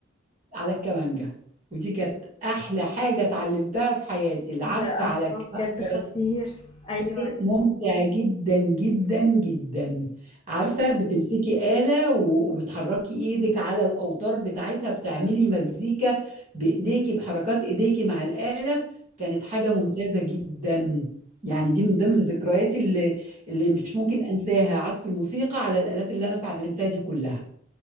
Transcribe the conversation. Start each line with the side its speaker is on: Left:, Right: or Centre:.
Right: على الكمانجة ودي كانت احلى حاجة اتعلمتها في حياتي العزف
Left: ايه ده الله
Right: على الكمانجة
Left: بجد خطير ايوه
Right: ممتع جدا جدا جدا عارفة بتمسكي آلة و- وبتحركي ايدك على الأوتار بتاعتها بتعملي مزيكا بإيديكي بحركات إيديكي مع الآلة كانت حاجة ممتازة جدا يعني دي من ضمن ذكرياتي اللي اللي مش ممكن أنساها عزف الموسيقى على الآلات اللي أنا اتعلمتها دي كلها